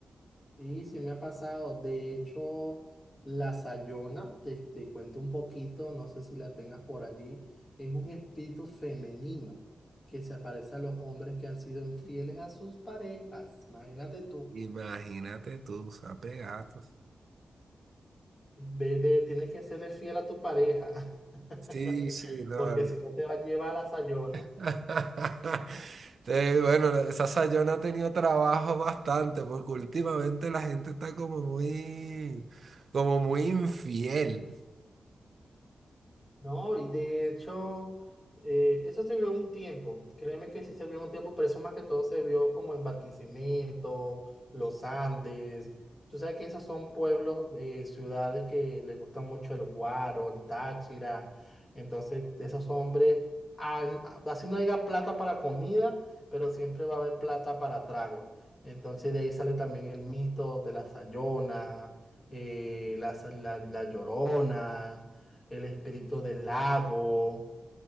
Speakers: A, on the left (about 25°); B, on the right (about 50°).
A: Y sí me ha pasado, de hecho, La Sayona, te, te cuento un poquito, no sé si la tengas por allí, es un espíritu femenino que se aparece a los hombres que han sido infieles a sus parejas. Imagínate tú,
B: Imagínate tú, sape gatos.
A: bebé, tienes que serle fiel a tu pareja, <laughs>
B: Sí, sí, no.
A: porque si no te va a llevar a La Sayona.
B: <laughs> Te- Bueno, esa Sayona ha tenido trabajo bastante porque últimamente la gente está como muy, como muy infiel.
A: No, y de hecho, eh, eso se vio un tiempo, créeme que sí se vio un tiempo, pero eso más que todo se vio como en Barquisimeto, Los Andes. Tú sabes que esos son pueblos de ciudades que les gusta mucho el guaro, el Táchira. Entonces, esos hombres, an- así no diga plata para comida, pero siempre va a haber plata para tragos. Entonces, de ahí sale también el mito de la Sayona, eh, la, la la Llorona el espíritu del lago,